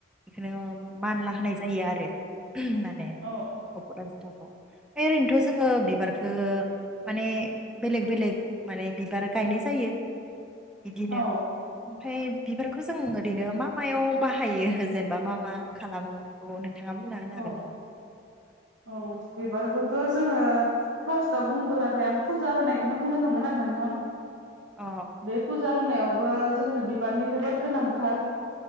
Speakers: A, in the centre; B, on the right.
A: इखोनो मानला होनाय जायोआरो ओम माने
B: औ
A: अफराजिथाखौ। है ओरैनोथजोङो बिबार। खो माने बेलेग बेलेग माने बिबार गायनायजायो। इदिनो
B: औ
A: ओमफाय। बिबारखोजों ओरैनो मा मायाव बाहायो जेनेबा मा मा खालामो बेखौनो। थाङा बुंनाहोनो
B: औ
A: हागोन नामा?
B: औ बिबारखौथ जोङो फासताव बुंबोलाथाय आं फुजा होनायखौनो बुंनो थांगोन आरोना। नोंथां।
A: अ
B: बे फुजा होनायावबो जोंनो बिबारनि जोबोर गोनांथार।